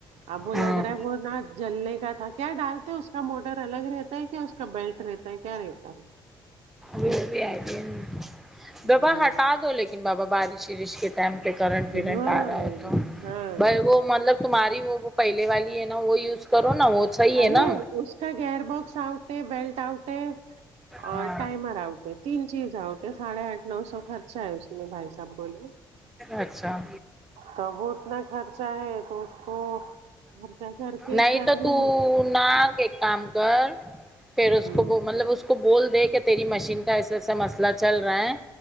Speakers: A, on the right; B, in the centre.
A: اب وہ
B: ہاں
A: لگ رہا ہے وہ نا جلنے کا تھا کیا ڈالتے ہیں اس کا موٹر الگ رہتا ہے کیا اس کا بیلٹ رہتا ہے کیا رہتا ہے
B: وہ بھی آئیڈیا بابا
A: ہے
B: ہٹا دو لیکن بابا بارش ویرش کے ٹائم پہ کرنٹ
A: ہاں
B: ونٹ آ رہا ہے تو
A: ہاں
B: بھائی وہ مطلب تمہاری وہ وہ پہلے والی ہے نا وہ یوز کرو نا وہ صحیح ہے
A: ارے
B: نا
A: اس کا گیئر باکس آؤٹ ہے بیلٹ آؤٹ ہے
B: ہاں
A: اور ٹائمر آؤٹ ہے تین چیز ہے اٹے ساڈے آٹھ نو سو خرچہ ہے اس میں بھائی صاحب بولے
B: اچھا
A: تب وہ اتنا خرچہ ہے تو اس کو خرچہ کر کے
B: نہیں
A: ہی کر
B: تو
A: لوں
B: تو نا ایک کام کر پھر
A: ہوں
B: اس کو مطلب اس کو بول دے کہ تیری مشین کا ایسا ایسا مسئلہ چل رہا ہے